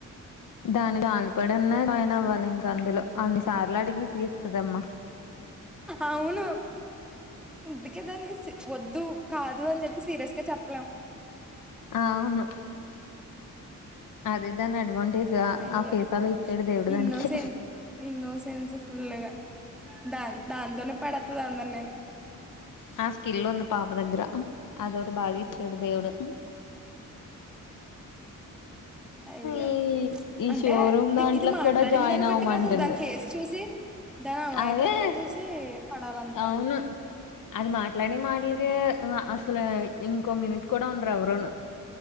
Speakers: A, on the left (about 70°); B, in the centre.
A: దానికి <unintelligible> జాయిన్ అవ్వాలి ఇంకా అందులో, అన్ని సార్లు అడిగి విసిగీస్తదమ్మా.
B: అవును, ఇంతకీ దాని ఇసి వద్దు. కాదు అని జెప్పి, సీరియస్ గా చెప్లేం.
A: ఆ అవును. అదే దాని అడ్వాంటేజ్
B: అయ్యో
A: ఆ ఫీసాలో ఇచ్చాడు దేవుడు
B: ఇన్నోసెంట్,
A: దానికి
B: ఇన్నోసె సెన్స్ ఫుల్గా. దాన్ దాంతోనే పడేత్తది అందర్ నీ నీ.
A: ఆ స్కిల్ ఉంది పాప దగ్గర. అదోటి బాగా ఇచ్చాడు దేవుడు.
B: అయ్యో.
A: ఈ ఈ
B: అంటే
A: షోరూమ్
B: ది
A: దాంట్లోకి
B: ఇది మాట్లాడింది
A: కూడా జాయిన్
B: దాన్ని
A: అవ్వమంటుంది
B: బట్టి కాదు, దాని ఫేస్ చూసి దాని అమాయకత్వం
A: అదే
B: చూసి, పడాలంతే.
A: అవును అది మాట్లాడే మాటల్ కి, ఓ అసల్, ఇంకో మిట్ కూడా ఉండరు ఎవరును.